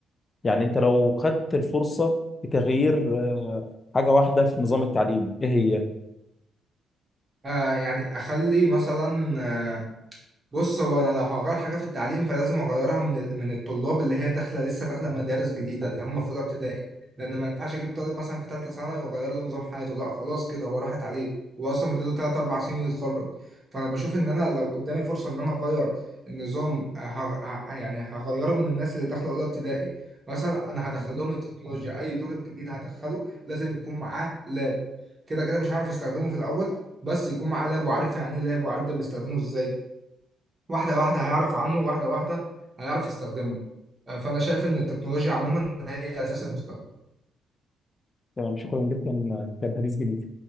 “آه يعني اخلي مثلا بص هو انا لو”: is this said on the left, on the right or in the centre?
Right